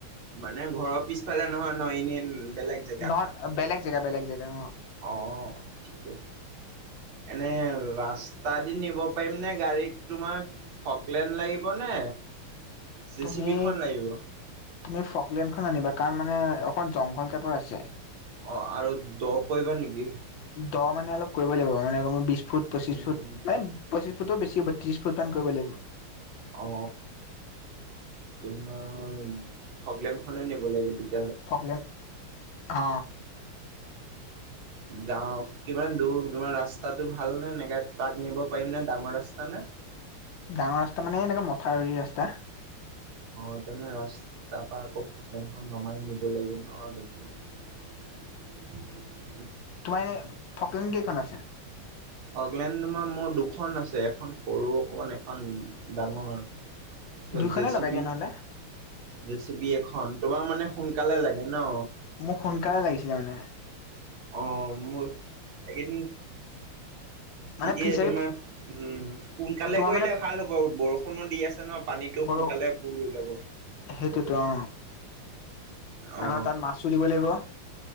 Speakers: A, on the right (about 60°); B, on the left (about 65°).
A: মানে ঘৰৰ পিছফালে নহয় ন এনেই বেলেগ জেগাত
B: নহয় বেলেগ জেগা বেগ জেগা ন
A: অঁ ঠিকে এনে ৰাস্তা দি নিব পাৰিম নে গাড়ীত তোমাক ফকলেন লাগিব নে জে
B: তুমি
A: চি বিখন লাগিব
B: তুমি ফকলেণ্ডখন আনিবা কাৰ মানে অকণ জংঘল টাইপৰ আছে
A: অ আৰু দ কৰিবা নেকি
B: দ মানে অলপ কৰিব লাগিব মানে বিশ ফুট পঁচিশ
A: উম
B: ফুট মানে পঁচিছ ফুট ফুটটো বেছি হ'ব ত্ৰিশ ফুট মান কৰিব লাগিব
A: অ তোমাৰ ফগলেম খনে নিব লাগিব তে
B: পলে অ
A: গাও কিমান দূৰ তোমাৰ ৰাস্তাটো ভাল নে এনেকে ট্ৰাক নিব পাৰিম নে ডাঙৰ ৰাস্তা নে <inaudible>
B: ডাঙৰ ৰাস্তা মানে এনেকুৱা মথাউৰি ৰাস্তা
A: অ তেনে ৰাস তাৰ পৰাা আকৌ ভটেনখন নমাই নিব লাগিব নদ দূৰ
B: হয়
A: <inaudible>
B: তোমাৰ এনে ফকলেন কেইখন আছে
A: অকলেণ্ডমাৰ মোৰ দুখন আছে এখন সৰু অকমান এখন ডাঙৰ ত
B: দুইখনে
A: জেচিপি
B: লগাই দিয়া নহ'লে
A: জেচিপি এখন তোমাৰ মানে সোনকালে লাগে ন
B: মোক সোনকালে লাগিছিলে মানে।
A: অ' মই এইকেইদিন ঠিকেই
B: মানে ফিচাৰী
A: তোমাৰ উম সোনকালে
B: তোমাৰ
A: কৰিলে
B: মানে
A: ভাল হ'ব বৰষুণো দি আছে ন পানীতটো
B: বৰ
A: সোনকালে ফুল হৈ যাব।
B: সেইটোতো অ
A: অ
B: আকৌ তাত মাছো দিব লাগিব।